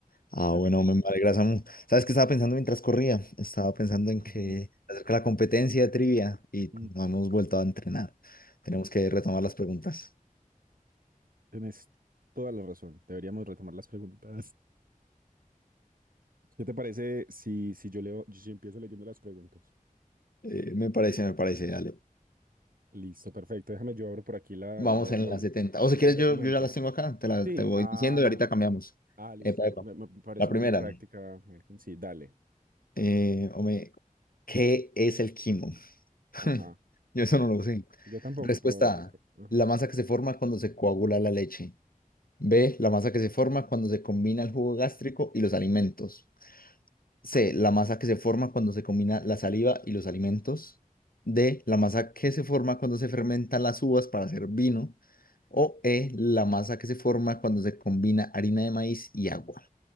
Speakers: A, on the left; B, on the right.
A: Ah,
B: Ajá.
A: bueno, me me alegra, Samu. ¿Sabes qué estaba pensando mientras corría? Estaba pensando en
B: Ujú.
A: que acerca de la competencia de trivia y
B: Mm,
A: no hemos vuelto a entrenar. Tenemos que retomar las preguntas.
B: Tienes toda la razón, deberíamos retomar las preguntas. ¿Qué te parece si, si yo leo, si empiezo leyendo las preguntas?
A: Eh, me parece, me parece, dale.
B: Listo, perfecto, déjame yo abro por aquí la,
A: Vamos
B: la,
A: en
B: la-
A: las 70 O si quieres,
B: el documento.
A: yo, yo ya las tengo acá, te las
B: Sí,
A: te voy
B: ah,
A: diciendo y ahorita
B: no.
A: cambiamos.
B: Ah, listo.
A: Epa,
B: Me,
A: epa.
B: me parece
A: La
B: una
A: primera,
B: buena práctica, Melkin, Sí, dale.
A: eh, hombre, ¿qué es el quimo? <laughs>
B: Ajá.
A: Yo eso no lo sé.
B: Yo tampoco,
A: Respuesta
B: pero descarté.
A: A.
B: Ajá.
A: La masa que se forma cuando se coagula la leche. B. La masa que se forma cuando se combina el jugo gástrico y los alimentos. C. La masa que se forma cuando se combina la saliva y los alimentos. D. La masa que se forma cuando se fermentan las uvas para hacer vino. O E. La masa que se forma cuando se combina harina de maíz y agua.